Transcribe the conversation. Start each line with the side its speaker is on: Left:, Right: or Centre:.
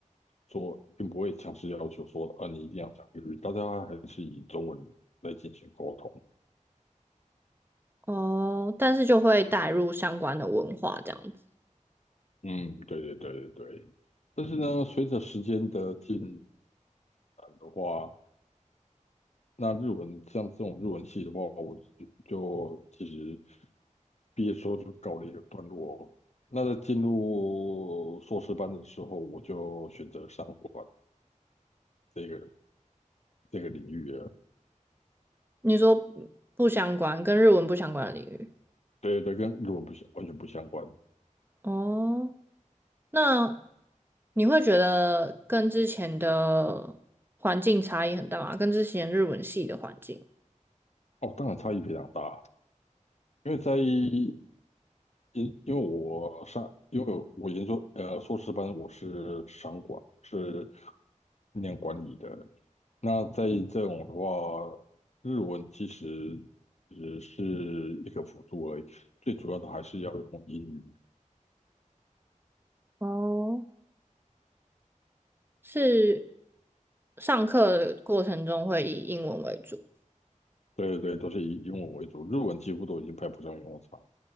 Left: 说，并不会强制要求说啊你一定要讲日语，大家还是以中文来进行沟通。
Right: 哦，但是就会带入相关的文化这样子。
Left: 嗯，对对对对对。但是呢，随着时间的进展的话，那日文像这种日文系的话，我就就其实。毕业之后就告了一个段落。那在进入硕士班的时候，我就选择商管这个这个领域了。
Right: 你说不相关，跟日文不相关的领域。
Left: 对对，跟日文不相完全不相关
Right: 哦，那你会觉得跟之前的环境差异很大吗？跟之前日文系的环境？
Left: 哦，当然差异非常大。因为在因因为我上因为我研究呃硕士班我是商管是念管理的，那在这种的话，日文其实只是一个辅助而已，最主要的还是要用英语
Right: 哦，是上课的过程中会以英文为主。
Left: 对对对，都是以英文为主，日文几乎都已经派不上用场。